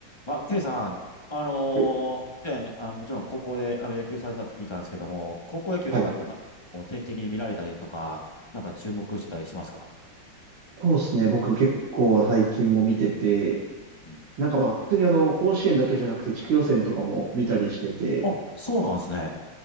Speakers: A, on the left; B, on the right.
A: あ、ケイさん、あのー以前、
B: はい
A: あの、もちろん高校であの野球されてたって聞いたんですけども、高校野球とかってまだこう定期的に見られたりとか、
B: はい
A: なんか注目してたりしますか
B: そうですね。僕結構最近も見てて、
A: うん
B: なんかまあ普通にあの甲子園だけじゃなくて地区予選とかも見たりしてて、
A: あ、そうなんですね。